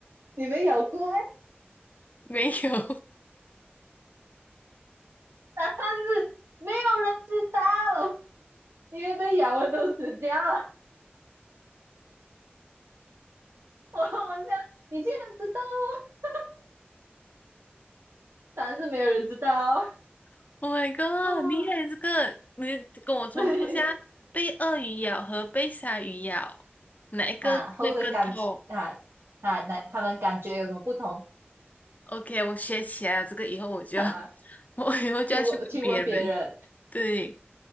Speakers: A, on the right (about 80°); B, on the left (about 40°).
A: 你没咬过咩，
B: 没有
A: 答案是没有人知道，因为被咬的都死掉了。<laughs> 我我想你竟然知道哦，答案是没有人知道。<laughs>
B: <laughs>，Oh my god，
A: 啊，
B: 厉害这个，你跟我重复一下，
A: 对，
B: 被鳄鱼咬和被鲨鱼咬，哪一个会更痛
A: <laughs> 啊，后的感啊啊，那他们感觉有什么不同？
B: ？OK，我学起来了，这个以后我就
A: <laughs> 哈
B: <laughs> 我以后就要去问别人，
A: 去问去问别人。
B: 对